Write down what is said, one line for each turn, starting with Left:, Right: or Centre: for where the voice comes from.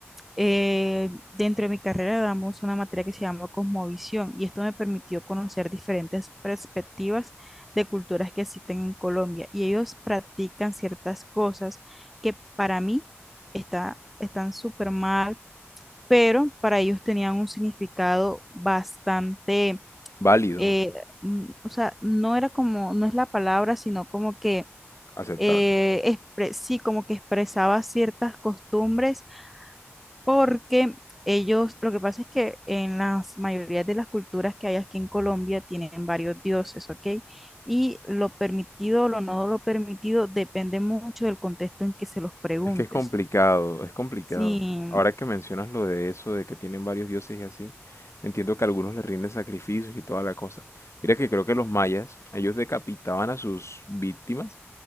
Centre: eh, dentro de mi carrera damos una materia que se llama Cosmovisión y esto me permitió conocer diferentes perspectivas de culturas que existen en Colombia y ellos practican ciertas cosas que para mí está, están súper mal, pero para ellos tenían un significado bastante,
Left: Válido,
Centre: eh, mm, o sea, no era como, no es la palabra, sino como que...
Left: aceptable.
Centre: eh, expre- sí, como que expresaba ciertas costumbres porque ellos, lo que pasa es que en las mayorías de las culturas que hay aquí en Colombia tienen varios dioses, ¿ok? Y lo permitido o lo no lo permitido depende mucho del contexto en que se los preguntes.
Left: Es que es complicado, es complicado.
Centre: Sí,
Left: Ahora que mencionas lo de eso, de que tienen varios dioses y así, entiendo que algunos les rinden sacrificios y toda la cosa. Mira que creo que los mayas, ellos decapitaban a sus víctimas